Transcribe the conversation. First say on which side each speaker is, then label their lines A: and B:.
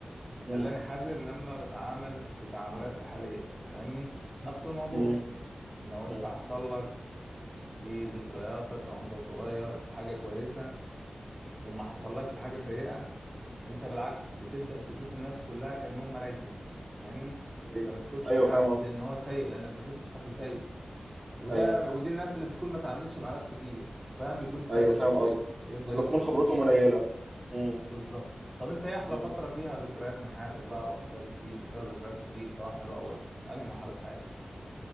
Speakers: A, on the right; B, on the right.
A: خلاني
B: مم.
A: حذر لما بتعامل في تعاملاتي الحالية فاهمني نفس الموضوع
B: مم.
A: لو انت
B: مم.
A: حصل لك في ذكرياتك او انت صغير حاجة كويسة وما حصلكش حاجة سيئة انت بالعكس بتبدأ تشوف الناس كلها كأنهم ملايكة فاهمني
B: ايوه
A: ما بتشوفش
B: ايوه
A: حد
B: فاهم قصدي
A: ان هو سيء لانك ما شفتش حد سيء وده
B: ايوه
A: ودي الناس اللي بتكون ما تعاملتش مع ناس كتير فاهم بيكون ساذج
B: ايوه فاهم
A: شوية
B: قصدك
A: يبدأ
B: فبتكون
A: يدخل
B: خبرتهم
A: في الدنيا
B: قليله مم.
A: بالظبط طب انت ايه احلى
B: مم.
A: فترة فيها ذكريات من حياتك بقى واثرت فيك وفيها ذكريات كتير سواء حلوة او وحشة انهي مرحلة في حياتك